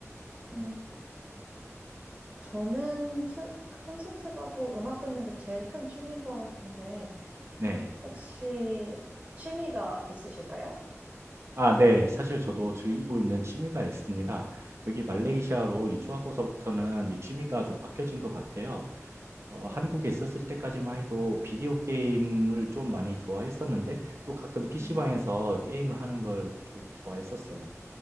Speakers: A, on the right (about 20°); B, on the right (about 55°).
A: 음, 저는 트, 콘서트 가고 음악 듣는 게 제일 큰 취미인 것 같은데
B: 네.
A: 혹시 취미가 있으실까요?
B: 아, 네. 사실 저도 즐기고 있는 취미가 있습니다. 여기 말레이시아로
A: 네.
B: 이주하고서부터는 이제 취미가 좀 바뀌어진 것 같아요. 어,
A: 네.
B: 한국에 있었을 때까지만 해도 비디오 게임을 좀 많이 좋아했었는데 또 가끔 PC방에서
A: 음,
B: 게임을 하는 걸 좀 좋아했었어요.